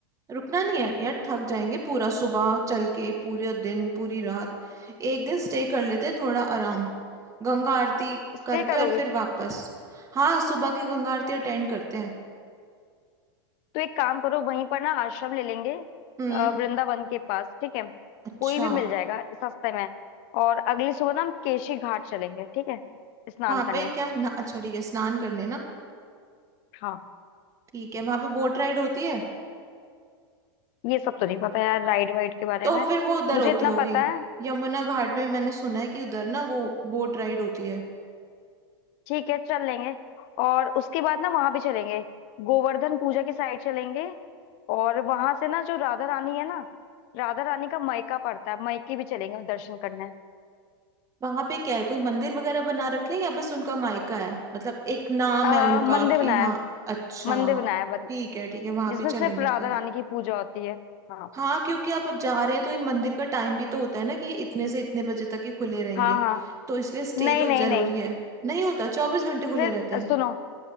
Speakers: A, on the right; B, on the left.
A: रुकना नहीं है यार थक जाएंगे पूरा सुबह चल के पूरा दिन पूरी रात एक दिन स्टे कर लेते थोड़ा आराम गंगा आरती
B: स्टे
A: करके
B: करोगे
A: और फिर वापस हाँ सुबह की गंगा आरती अटेंड करते हैं
B: तो एक काम करो वहीं पर ना आश्रम ले लेंगे
A: हम्म
B: अ, वृंदावन के पास ठीक है
A: अच्छा
B: कोई भी मिल जाएगा सस्ते में और अगली सुबह ना हम केशी घाट चलेंगे ठीक है स्नान
A: वहां
B: करने
A: पे क्या ना अच्छा ठीक है स्नान करने ना
B: हाँ
A: ठीक है वहां पे बोट राइड होती है
B: ये सब तो नहीं पता यार राइड वाइड के बारे
A: तो
B: में
A: फिर वो उधर
B: मुझे
A: होती
B: इतना
A: होगी
B: पता है
A: यमुना घाट में मैंने सुना है कि उधर ना वो बोट राइड होती है
B: ठीक है चल लेंगे और उसके बाद ना वहां पे चलेंगे गोवर्धन पूजा के साइड चलेंगे और वहां से ना जो राधा रानी है ना राधा रानी का मयका पड़ता है मयके भी चलेंगे दर्शन करने
A: वहां पे क्या है कोई मंदिर वगैरह बना रखे हैं या बस उनका मायका है मतलब एक नाम
B: आ,
A: है उनका
B: मंदिर
A: कि
B: बनाया
A: हाँ
B: है
A: अच्छा
B: मंदिर बनाया है बत-
A: ठीक है ठीक है वहां
B: जिसमें
A: भी
B: सिर्फ
A: चलेंगे
B: राधा
A: फिर
B: रानी की पूजा होती है हाँ
A: हाँ क्योंकि अब जा रहे हैं तो इन मंदिर का टाइम भी तो होता है ना कि इतने से इतने बजे तक ही खुले रहेंगे
B: हाँ हाँ
A: तो इसलिए स्टे
B: नहीं
A: तो
B: नहीं
A: जरूरी
B: नहीं
A: है नहीं होता चौबीस घंटे खुले
B: सिर्फ
A: रहते हैं
B: सुनो